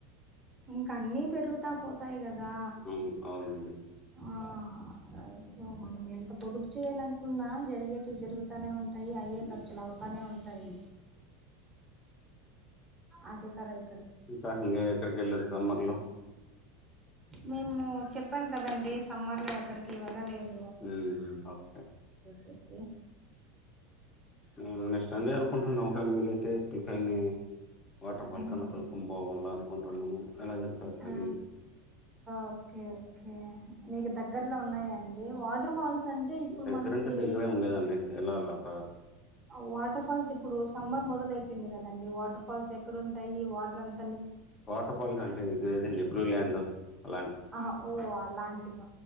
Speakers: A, on the right; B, on the left.
A: ఇంకా అన్నీ పెరుగుతా పోత్. వస్తాయి కదా
B: అవును అవునండి
A: ఆహ్ ఉమ్ సో మనం. ఆహ్ పొదుపు చేయాలనుకున్నా జరిగేటివి జరుగుతానే ఉంటాయి అయ్యే
B: ఉమ్,
A: ఖర్చులు అవుతానే ఉంటాయి. అది కరెక్ట్.
B: ఇంకా ఇకా ఎక్కడికి వెళ్ళారు సమ్మర్ లో.
A: మేము చెప్పాను కదండి సమ్మర్లో ఎక్కడికి వెళ్ళలేదు.
B: ఆహ్ ఓకే.
A: హే సి.
B: నేను నెక్స్ట్ సండే అనుకుంటున్నా ఒకవేళ వీళైతే పిల్లలని వాటర్ ఫాల్
A: ఉమ్.
B: కన్నా తొడుకుని పోవాల అనుకుంటున్నాము ఎలా జరుగుతుంది.
A: ఆ, ఓకే ఓకే మీకు దగ్గరలో ఉన్నాయండి వాటర్ ఫాల్స్? అంటే ఇప్పుడు
B: దగ్గరంటే
A: మనకి
B: దగ్గరేం లేదండి వెళ్ళాల ప
A: వాటర్ ఫాల్స్ ఇప్పుడు సమ్మర్ మొదల అయిపోయింది కదండి వాటర్ ఫాల్స్ ఎక్కడంటాయి వాటర్ అంత
B: వాటర్ ఫాల్స్ అంటే ఇర ఏదం డిబ్లూ ల్యాండ్ అలాంటి
A: ఆహ ఓ అలాంటివ